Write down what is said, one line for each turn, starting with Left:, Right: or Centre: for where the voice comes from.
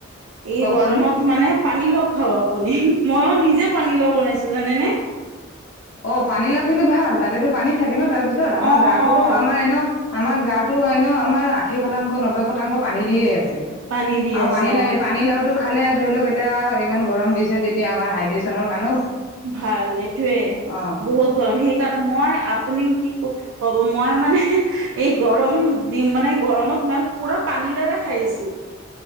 Right: এই
Left: কওকচোন
Right: গৰমত মানে পানী লও খাও আপুনি মইো নিজে পানীলও বনাইছো জানেনে
Left: অ পানীলাও কিন্তু ভাল তাতেতো পানী থাকে ন তাৰপিছত আমাৰ
Right: অ',
Left: গাটোতো
Right: অ',
Left: আমাৰ এনে আমাৰ গাটো এনেও আমাৰ আশী শতাংশ নব্বৈ শতাংশ পানী দিয়ে আছে
Right: পানী দি আছে
Left: পানী
Right: অ',
Left: পানী লাৰুটো ফালে ধৰি লওক এতিয়া ইমান গৰম দিছে যেতিয়া আমাৰ হাইড্ৰেশ্যনৰ কাৰণে
Right: ভাল এইটোয়ে
Left: অ
Right: বহুত গৰম সেই কাৰণে মই আপুনি কি ক ক'ব মই মানে এই গৰম দি মানে গৰমত ম পুৰা পানী লৰে খাই আছো